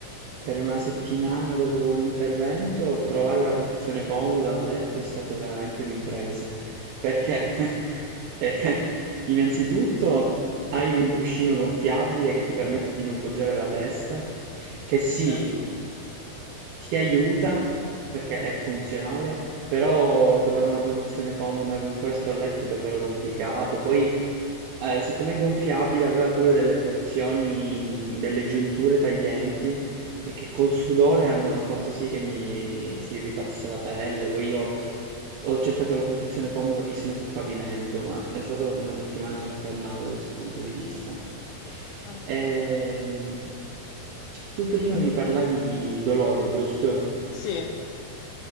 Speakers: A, on the right; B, on the left.
A: Per una settimana dopo l'intervento trovare la posizione comoda a letto è stato veramente un'impresa, perché <laughs> eh, innanzitutto hai un cuscino gonfiabile che ti permette di non poggiare la testa, che sì,
B: Ok.
A: ti aiuta perché è funzionale, però trovare una posizione comoda con questo a letto è davvero complicato. Poi eh, siccome è gonfiabile aveva pure delle porzioni, mh, delle giunture taglienti e che col sudore hanno fatto sì che mi si irritasse la pelle. Poi io ho cercato la posizione comoda persino sul pavimento, ma è stata una settimana infernale da questo punto di vista.
B: Ah,
A: Ehm, tu prima mi parlavi di dolore, giusto?
B: Sì,